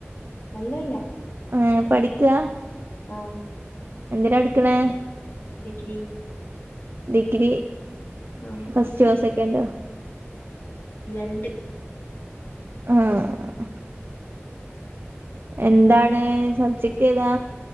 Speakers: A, on the left; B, on the right.
A: അല്ലല്ല.
B: ഏ പഠിക്കാ
A: ആഹ്.
B: എന്തിനാ എടുക്കെണേ?
A: ഡിഗ്രി.
B: ഡിഗ്രി
A: ആഹ്
B: ഫസ്റ്റോ സെക്കൻ്റോ.
A: രണ്ട്.
B: ആഹ്. എന്താണ് സബ്ജക്ട് ഏതാ.